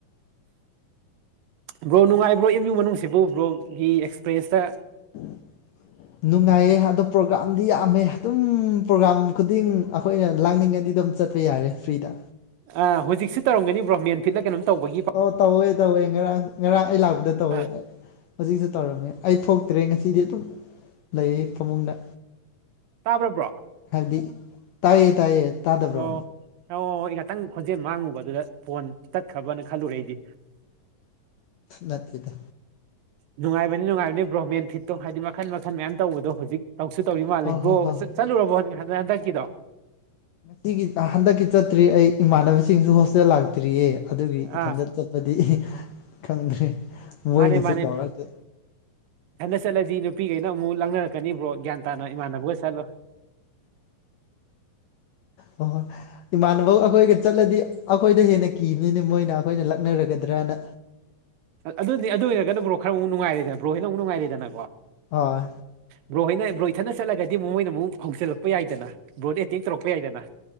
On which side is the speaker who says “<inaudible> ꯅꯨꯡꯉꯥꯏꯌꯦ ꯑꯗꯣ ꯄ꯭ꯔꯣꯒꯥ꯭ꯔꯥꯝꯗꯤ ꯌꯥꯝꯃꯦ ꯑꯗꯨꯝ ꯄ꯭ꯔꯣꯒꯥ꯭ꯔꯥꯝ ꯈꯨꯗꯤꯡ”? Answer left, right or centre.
Left